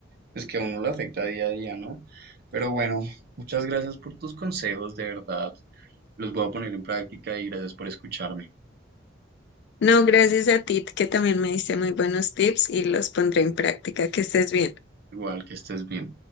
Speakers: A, on the right; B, on the left.
A: pues que a uno lo afecta día a día, ¿no? Pero bueno, muchas gracias por tus consejos, de verdad. Los voy a poner en práctica y gracias por escucharme.
B: No, gracias a ti que también me diste muy buenos tips y los pondré en práctica. Que estés bien.
A: Igual que estés bien.